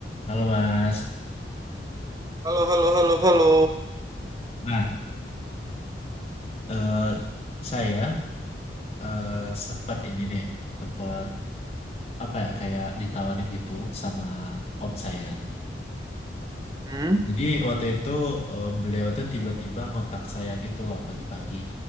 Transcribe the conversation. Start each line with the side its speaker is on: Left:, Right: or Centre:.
Left: Halo Mas.
Right: Halo, halo, halo, halo.
Left: Nah, eh, saya eh, sempat ini nih, sempat apa ya kayak ditawarin gitu sama om saya.
Right: Hmm?
Left: Jadi waktu itu eh, beliau itu tiba-tiba ngontak saya gitu loh pagi-pagi,